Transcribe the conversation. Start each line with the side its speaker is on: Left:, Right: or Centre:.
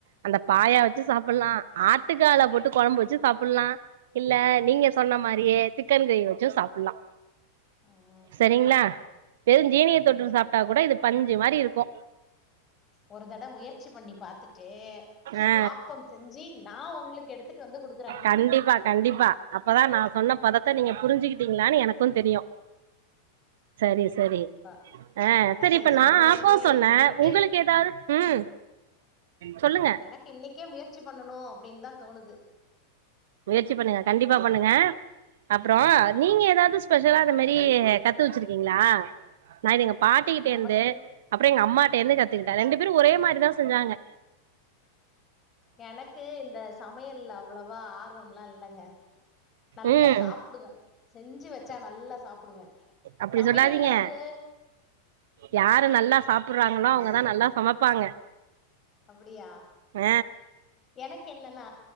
Right: அந்த பாயா வச்சு சாப்பட்லா ஆட்டுக்கால போட்டு கொழம்பு வச்சு சாப்பட்லா இல்ல நீங்க சொன்ன மாரியே சிக்கன் கிரேவி வச்சு சாப்பிட்ல்லா
Left: ம்
Right: சரிங்களா வெறு ஜீனிய தொட்டுட்டு
Left: ஓ
Right: சாப்ட்டா கூட இது பஞ்சு மாரி இருக்கு
Left: ஒரு தடவ முயற் ச் சி பண்ணி பாத்துட்டு
Right: ஆ
Left: ஆப்பம் செஞ்சு நா உங்களுக்கு எடுத்துட்டு வந்து கொடுக்குறே
Right: கண்டிப்பா கண்டிப்பா அப்பதா நா சொன்ன பதத்தை நீங்க புரிஞ்சுகிட்டீங்களான்னு எனக்கு தெரியு சரி சரி
Left: கண்டிப்பா
Right: ஆ
Left: எனக்கு
Right: சரி இப்ப
Left: சொல்லும்
Right: நா ஆப்போ
Left: போதே
Right: சொன்னே
Left: இன்னைக்கே
Right: உங்களுக்கு ம் சொல்லுங்க
Left: எனக்கு இன்னைக்கே முயற்சி பண்ணணு அப்டின்னு தா தோணுது
Right: முயற்சி பண்ணுங்க கண்டிப்பா பண்ணுங்க அப்ரோ நீங்க ஏதாது ஸ்பெஷலா
Left: ஆ
Right: அத மாதி திரி கத்து வச்சிருக்கீங்களா நா இது எங்க பாட்டிக்கிட்டே
Left: நமக்கு
Right: இருந்து அப்டியே எங்க அம்மாட்ட இருந்து கத்துக்கிட்டே ரெண்டு பேரு ஒரே மாரிதா செஞ்சாங்க
Left: எனக்கு இந்த சமையல் அவ்வளவா ஆர்வம்ல்லாம் இல்லங்க நல்லா
Right: ம்
Left: சாப்பிடுவே செஞ்சு வச்சா நல்லா சாப்பிடுவேன்
Right: அப்டி
Left: சமையல்ல
Right: சொல்லாதீங்க
Left: வந்து
Right: யாரு நல்லா சாப்பிடுறாங்களோ அவங்கதா நல்லா சமைப்பாங்க
Left: அப்படியா
Right: ஆ
Left: எனக்கு என்னன்னா